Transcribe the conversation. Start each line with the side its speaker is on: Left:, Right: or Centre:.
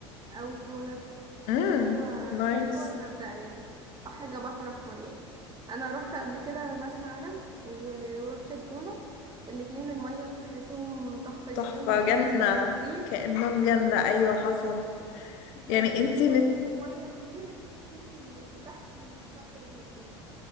Right: او الجونة حاجة
Left: امم
Right: جوه
Left: نايس
Right: حاجة جوه الغردقة يعني او حاجة بحر احمر يعني انا روحت قبل كده مرسى علم و- وروحت الجونة الاتنين المية بتاعتهم تحفة جدا
Left: تحفة
Right: المية
Left: جنة
Right: اصلا كلير
Left: كأنهم جنة أيوة حصل يعني
Right: فعلا
Left: انتي
Right: من كتر
Left: بت...
Right: ما المية كلير انت بتشوفي اللي تحت اللي تحت رجلك ايه